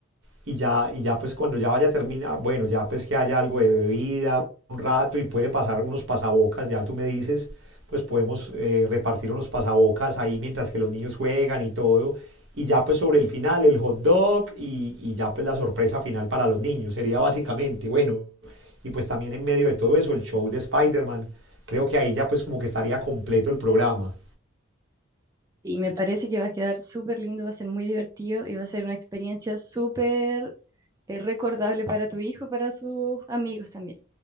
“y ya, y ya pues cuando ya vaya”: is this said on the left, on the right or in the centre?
Right